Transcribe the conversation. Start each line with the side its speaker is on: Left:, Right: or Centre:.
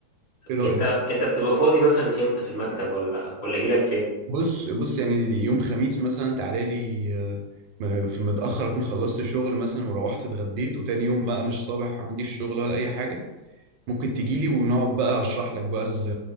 Right: ايه رأيك
Left: انت انت بتبقى فاضي مثلا امتى في المكتب ولا ولا اجي لك فين
Right: بص بص يعني دي- يوم خميس مثلا تعالى لي آه، م- في المتأخر اكون خلصت شغل مثلا وروحت اتغديت وتاني يوم بقى مش صابح عنديش شغل ولا اي حاجة ممكن تجيلي ونقعد بقى اشرح لك بقى ال-